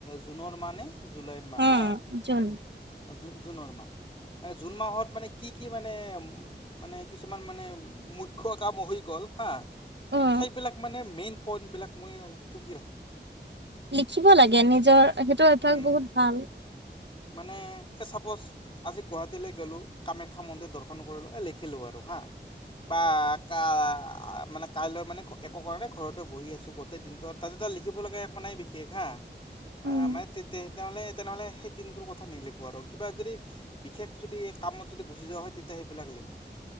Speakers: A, on the left; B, on the right.
A: জুনৰ মানে জুলাইৰ মাহ
B: উম।
A: হা
B: যোন
A: অ জু জুনৰ মাহ মানে জুন মাহত মানে কি কি মানে উ মানে মানে মুখ্য কাম হৈ গল হা
B: উম
A: সেইবিলাক মানে মেইন পইন্টবিলাক মই টুকি ৰাখোঁ
B: লিখিব লাগে নিজৰ সেইটো
A: ৰাখোঁ।
B: এটা বহুত ভাল
A: মানে এই চাপ'জ আজি গুৱাহাটীলৈ গ'লোঁ কামাখ্যা মন্দিৰ দৰ্শন কৰিলোঁ এই লিখিলোঁ আৰু হাঁ বা কা মানে কাইলৈ মানে একো কাৰণে ঘৰতে বহি আছোঁ গোটেই দিনটো তাতে তটা লিখিব লগা একো নাই বিশেষ হা
B: উম
A: মানে তে তেনেহ'লে তেনেহ'লে সেই দিনটোৰ কথা নিলেখোঁ আৰু কিবা যদি বিশেষ যদি কামত যদি গুচি যোৱা হয় তেতিয়া সেইবিলাক লিখোঁ,